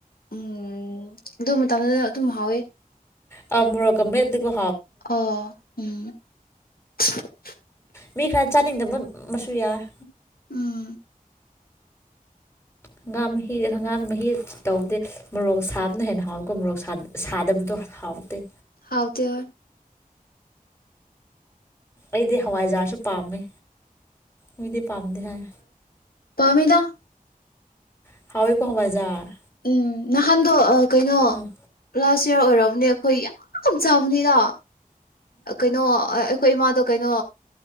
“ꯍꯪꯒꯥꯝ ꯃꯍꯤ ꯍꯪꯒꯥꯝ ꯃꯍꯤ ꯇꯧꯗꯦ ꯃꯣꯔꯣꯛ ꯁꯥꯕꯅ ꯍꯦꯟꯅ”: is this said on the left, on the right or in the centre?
Left